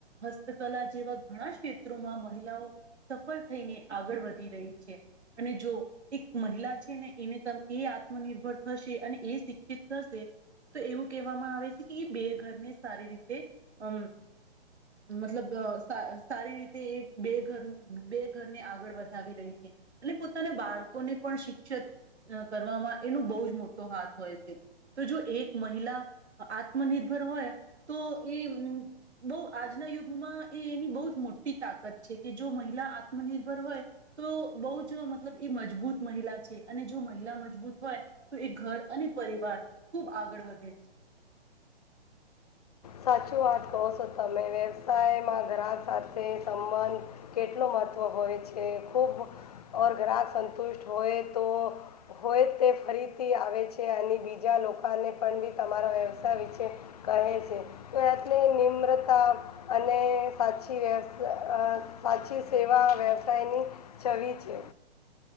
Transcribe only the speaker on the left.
સાચું વાત કહો છો તમે વ્યવસાયમાં ગ્રાહક સાથે સંબંધ કેટલો મહત્ત્વ હોય છે, ખૂબ ઓર ગ્રાહક સંતુષ્ટ હોય તો હોય તે ફરીથી આવે છે અને બીજા લોકોને પણ બી તમારા વ્યવસાય વિશે કહે છે. તો એટલે નિમ્રતા અને સાચી વ્યવ સાચી સેવા વ્યવસાયની છવી છે